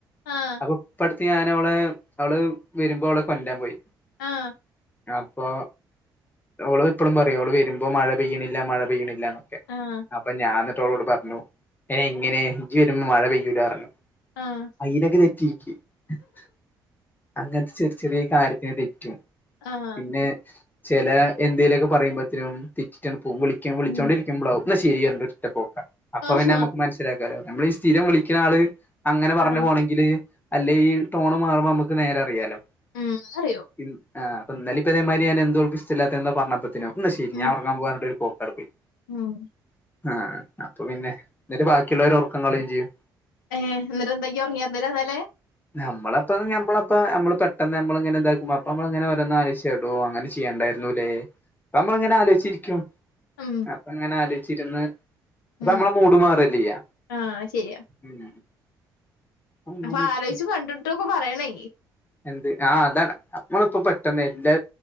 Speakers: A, on the left (about 70°); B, on the left (about 15°).
A: ആഹ്
B: ഒപ്പടുത്ത് ഞൻ അവാളേ അവള് വരുമ്പോ അവളെ കൊണ്ടരാൻ പോയി!
A: ആഹ്‌
B: അപ്പൊ ഓള് എപ്പളും പറയും ഓള് വരുമ്പോ മഴ പെയ്യണില്ല മഴ പെയ്യണി ല്ലന്നൊക്കെ
A: ആഹ്.
B: അപ്പൊ ഞാൻ ന്നട്ട് ഓളോട് പറഞ്ഞു അഹ്ങ്ങനെ ഇജ് വരുമ്പോ മഴ പെയ്യൂലർഞ്ഞു
A: ആഹ്.
B: <unintelligible> അങ്ങൻത്തെ ചെറി ചെറ്യേ കാര്യെത്തിന് തെറ്റും
A: ആഹ്.
B: പിന്നേ ചെല എന്തേലോക്കെ പറയുമ്പോതിനും തെറ്റിറ്റൊക്കേപോവും വിളിക്ക വിളിച്ചോണ്ടിരിക്ക
A: ഉം.
B: കുമ്പളകും ന്നശരി ന്നർഞ്ഞിട്ട് ഒറ്റ പോക അപ്പൊന്നെമ്മക്ക്
A: ആഹാ.
B: മനസ്സിലാക്കാ കാരം നമ്മള് ഈ സ്ഥിരം വിളിക്ക്ണാള് അങ്ങനെ പറഞ്ഞ്
A: ആഹ്.
B: പോണെങ്കില് അല്ലെ ഈ ട്ടോണ് മാറുമ്പോമ്മക്ക് നേരറിയാലോ,
A: ഉം അത് അറിയാേ
B: ഇൻ ആഹ് ഇന്നലിപ്പതേമാതിരി ഞാൻ എന്തോ ഓൾക് ഇഷ്ടല്ലത്ത എന്തോ പറഞ്ഞപ്പോ ത്തിനും ന്നാ ശെരി
A: ഉം.
B: ഞാ ഒറെങ്ങാൻ പോവാന്നർഞ്ഞിട്ടാെര് പോക്കാണ്ട് പോയ്
A: ഉം
B: ആഹ്‌ അപ്പ പിന്നെ ന്നിട്ട് ബാക്കിള്ളോരെ ഒർക്കം കളയും ചെയ്യും
A: ഏ ന്നട്ടന്താ ഇയ്യ്ഒർങ്ങിയന്ന ന്നലെ
B: ഞമ്മളപ്പത് ഞമ്മളപ്പ നമ്മള് പെട്ടന്ന് ഞമ്മളഇങ്ങനെതാക്കുമ്പ അപ്പമ്മള്ങ്ങനെ ഓരോന്ന് ആലോചിച് കേട്ക്കും ടോ അങ്ങെനെ ചെയ്യെണ്ടായ്‌ര്ന്നുലേ അപ്പമ്മങ്ങനെ
A: ഉം.
B: ആലോയ് ച്ചിരിക്കും
A: ഉം.
B: അപ്പങ്ങനെ ആലോയ്ചിരുന്ന്,
A: ഉം.
B: അപ്പമ്മള മൂട് മാറല്ലേയ്യ
A: ആഹ് അത് ശരിയാ.
B: ഉം അങ്ങനെ
A: അപ്പൊ
B: ഇരിക്കും
A: ആലോച്ചു കണ്ടിട്ടൊക്കെ പറയണേ
B: എന്ത് ആഹ് അതാണ് അപ്പളുപ്പ പെട്ടെന്ന് എല്ല